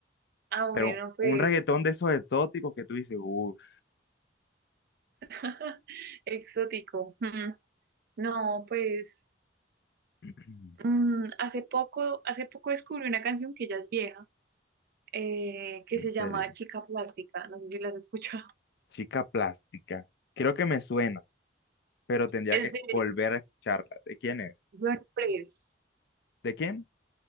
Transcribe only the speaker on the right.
Ah,
bueno, pues
<laughs> exótico. Mm, No, pues
mm, hace poco, hace poco descubrí una canción que ya es vieja, eh, que
se
llama Chica Plástica. No sé si la has escuchado. <laughs>
Es
de
Johnny Press,